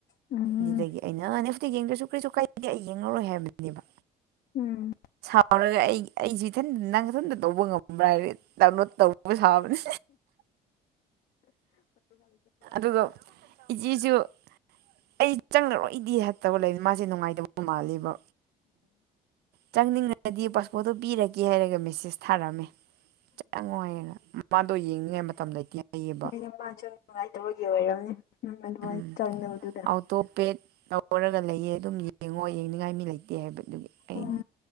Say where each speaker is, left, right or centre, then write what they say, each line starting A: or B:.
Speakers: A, on the left; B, on the right.
A: ꯎꯝ
B: ꯗꯨꯗꯒꯤ ꯑꯩꯅꯦ ꯅꯦꯠꯐ꯭ꯂꯤꯛꯁ ꯌꯦꯡꯗ꯭ꯔꯁꯨ ꯀꯔꯤꯁꯨ ꯀꯥꯏꯗꯦ ꯑꯩ ꯌꯦꯡꯉꯔꯣꯏ ꯍꯥꯏꯕꯅꯦꯕ
A: ꯎꯝ
B: ꯇꯔꯒ ꯑꯩ ꯑꯩꯁꯨ ꯏꯊꯟ ꯅꯪ ꯏꯊꯟꯇ ꯇꯧꯕ ꯉꯝꯕ꯭ꯔꯥ ꯍꯥꯏꯔ ꯗꯥꯎꯟꯂꯣꯗ ꯇꯧ ꯕ ꯁꯥꯥꯕꯅꯦ ꯑꯗꯨꯒ ꯏꯆꯦꯁꯨ ꯑꯩ ꯆꯪꯂꯛ <unintelligible> ꯃꯥꯁꯦ ꯅꯨꯡꯉꯥꯏꯇꯕ ꯃꯥꯜꯂꯦꯕ ꯆꯪꯅꯤꯡꯉꯗꯤ ꯄꯥꯁꯄꯣꯔꯠꯇꯣ ꯄꯤꯔꯒꯦ ꯍꯥꯏꯔꯒ ꯃꯦꯁꯦꯁ ꯊꯥꯔꯝꯃꯦ ꯆ ꯌꯥꯝ ꯅꯨꯡꯉꯥꯏꯌꯦꯅ ꯃꯃꯥꯗꯣ ꯌꯦꯡꯅꯤꯉꯩ ꯃꯇꯝ ꯂꯩꯇꯦ ꯍꯥꯏꯌꯦꯕ
A: ꯅꯣꯏꯅ ꯃꯥꯁꯨ ꯅꯨꯡꯉꯥꯏꯇꯕꯒꯤ ꯑꯣꯏꯔꯝꯅꯤ ꯑꯗꯨꯃꯥꯏꯅ
B: ꯎꯝ
A: ꯆꯪꯗꯕꯗꯨꯗ
B: ꯑꯣꯥꯎꯇꯣꯄꯦꯗ ꯇꯧꯔꯒ ꯂꯩꯌꯦ ꯑꯗꯨꯝ ꯌꯦꯡꯉꯣ ꯌꯦꯡꯅꯤꯡꯉꯥꯏ ꯃꯤ ꯂꯩꯇꯦ ꯍꯥꯏꯕꯗꯨꯒꯤ ꯑꯩ
A: ꯎꯝ